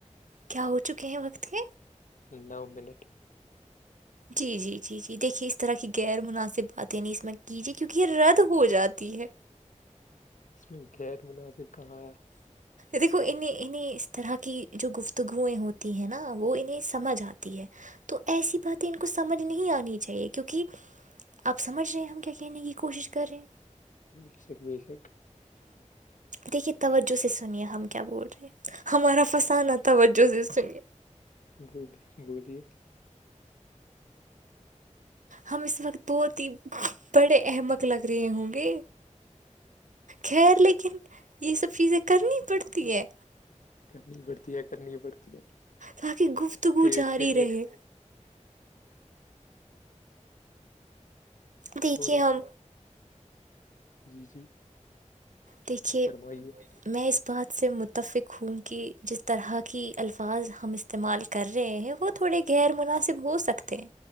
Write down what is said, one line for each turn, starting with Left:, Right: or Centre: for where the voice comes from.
Right: کیا ہو چکے ہیں وقت کے
Left: نو منٹ
Right: جی جی جی جی دیکھیے اس طرح کی غیر مناسب باتیں نہیں اس میں کیجیے کیونکہ یہ رد ہو جاتی ہے
Left: اس میں غیر مناسب کہاں آیا
Right: دیکھو انہیں انہیں اس طرح کی جو گفتگوئیں ہوتی ہیں نا وہ انہیں سمجھ آتی ہے تو ایسی بات تو ان کو سمجھ نہیں آنی چاہیے کیونکہ آپ سمجھ رہے ہیں ہم کیا کہنے کی کوشش کر رہے ہیں
Left: بیسک بیسک
Right: دیکھیے توجہ سے سنیے ہم کیا بول رہے ہیں ہمارا فسانہ توجہ سے سنیے
Left: بوجلیے بوجلیے
Right: ہم اس وقت بہت ہی بڑے احمک لگ رہے ہوں گے خیر لیکن یہ سب چیزیں کرنی پڑتی ہے
Left: کرنی پڑتی ہے کرنی پڑتی ہے
Right: تاکہ گفتگو
Left: پیڑ
Right: جاری
Left: کے لیے
Right: رہے دیکھیے
Left: تھوڑا
Right: ہم
Left: جی جی
Right: دیکھیے
Left: فرمائیے
Right: میں آ بات سے متفق ہوں کہ جس طرح کی الفاظ ہم استعمال کر رہے ہیں وہ تھوڑے غیر مناسب ہو سکتے ہیں